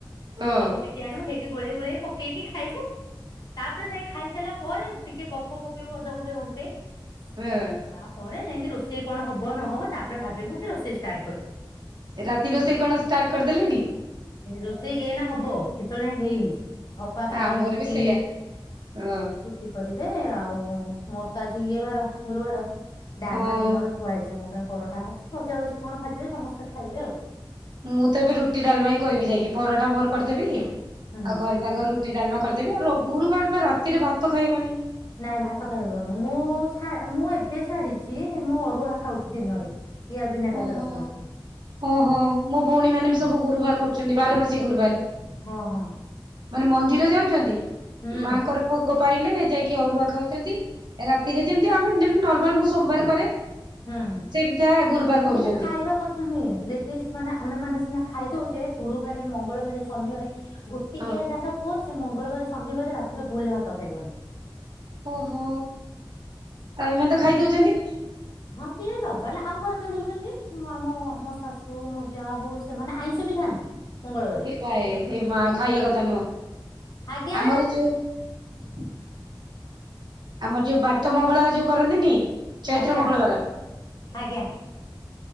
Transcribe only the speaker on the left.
ସବୁ ଟେକି ଆଣିବୁ ହେଇଠି- ଗୋଳେଇ ଗୋଳେଇ ପକେଇକି ଖାଇବୁ- ତାପରେ ଯାଇ ଖାଇସାରିଲା ପରେ- ଟିକେ ଗପ ପକେଇବ ଅଧଘଣ୍ଟେ- <inaudible> ତାପରେ
ଯାଇକି ରୋଷେଇ- ସେ କଣ ହବ ନହବ ତାପରେ ଭାବିବୁ କି ରୋଷେଇ ଷ୍ଟାର୍ଟ କରିବୁ-
ରୋଷେଇ ଏ ନା ହବ- ଣ ହେଇ- ଅପା ତାଙ୍କର
ରୁଟି
ରୁଟି କରିବେ ଆଉ- ମ ତ ଆଜି ଇଏ ବାର ଗୁରୁବାର- ଡାଲମା
ଦିନର ଥୁଆ ହେଇଛି ମୋତେ- ତା ପାଇଁ ପରଟା ହବ ଭଜା ଭଜି କଣ ଭାଜିବେ ସମସ୍ତେ ଖାଇବେ ଆଉ
ହୁଁ
ନାଇଁ ଭାତ ଖାଇବନି ମୁଁ ମୁଁ ଏବେ ଛାଡିଛି ମୁଁ ଅରୁଆ ଖାଉଛି ଦିନରେ ପିଆ ବିନା ପିଆଜ
ରସୁଣ
ହଁ ହଁ
ହୁଁ
ହୁଁ।
କିନ୍ତୁ ଖାଇବା କଥା ନୁହେଁ ଲେଡ଼ିଜ ମାନେ ଆମେ ମାନେ ଖାଇ ଦଉଛେ ଗୁରୁବାରେ ମଙ୍ଗଳବାରେ ଶନିବାରେ ଗୋଟିକିଆ
ଯାହାର ପୁଅ ସେ ମଙ୍ଗଳବାରେ ସନିବାରେ ରାତିରେ ଭୁଲରେ ଭାତ ଖାଇବନି
ହଁ ଯିଏ ନ ବାରଲା ଆମ ଘରେ ଖାଇଯାଉଛନ୍ତି, ମୋ ଆମ ମୋ ଶାଶୁ ମୋ ଯା ହଉ ସେମାନେ ଆଇଁଷ ବି ଖାଆନ୍ତି। ମଙ୍ଗଳବାରେ
ଆଜ୍ଞା
ଆଜ୍ଞା
ଆଜ୍ଞା